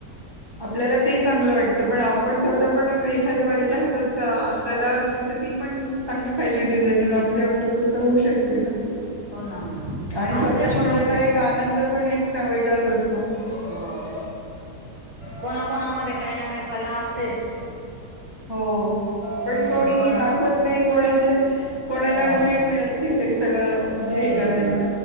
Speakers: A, on the right; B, on the right.
A: आपल्याला ते चांगलं वाटतं पण आप पण स्वतः पण मं एखाद्या बाईच्या हातात अ कला असली त ती पण चांगली फॅशन डिझाईन नग आपल्या आपल्या पुरत होवू शकते ना
B: हो ना हो ना
A: आणि स्वतः
B: असते
A: शिवलेला
B: कोणा
A: एक आनंद पण एक ता वेगळाच असतो.
B: हं कोणाकोणामध्ये काही ना काही कला असतेस.
A: हो
B: हम्म
A: पण कोणी
B: कोणा
A: दाखवत नाही, कोणाच्या कोणाला
B: हा
A: वेळ मिळत नाही तरी सगळं. म्हणजे हे
B: तेच
A: करायला
B: ना